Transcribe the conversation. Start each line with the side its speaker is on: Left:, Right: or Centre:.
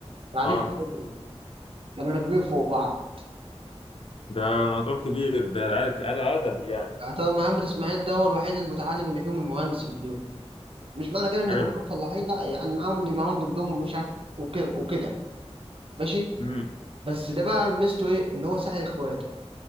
Right: قاعدين
Left: اه
Right: في شبرا كانوا راكبين فوق بعض
Left: ده موضوع كبير ده عدد عدد عدد يعني
Right: يعتبر محمد اسماعيل ده هو الوحيد المتعلم اللي فيهم المهندس اللي فيهم مش معنى كده ان
Left: حلو
Right: كلكم فلاحين لا يعني معاهم اللي معاهم دبلوم ومش عارف وكده وكده ماشي
Left: امم
Right: بس ده بقى ميزته ايه ان هو ساعد اخواته